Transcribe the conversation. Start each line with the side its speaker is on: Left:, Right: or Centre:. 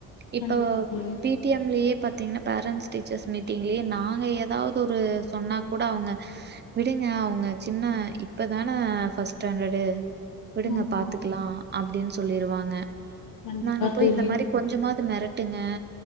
Right: இப்போ
Left: கண்டிப்பா தோழி
Right: பிடிஎம்லயே பாத்தீங்கன்னா பேரண்ட்ஸ் டீச்சர்ஸ் மீட்டிங்லயே நாங்க எதாவது ஒரு சொன்னா கூட அவங்க விடுங்க அவங்க சின்ன இப்ப தான ஃபர்ஸ்ட் ஸ்டாண்டர்டு விடுங்க
Left: ஆமா
Right: பாத்துக்கலா அப்டின் சொல்லிருவாங்க
Left: கண்டிப்பா
Right: நாங்க போய்
Left: தோழி
Right: இந்த மாரி கொஞ்சமாவது மெரட்டுங்க